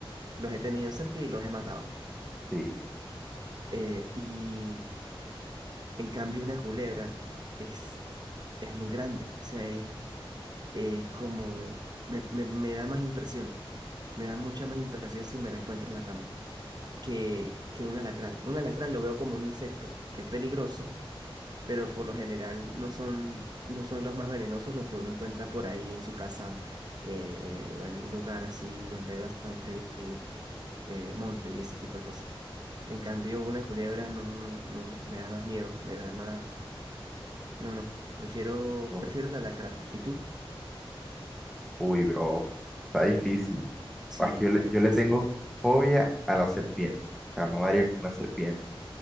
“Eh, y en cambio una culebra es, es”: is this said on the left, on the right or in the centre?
Right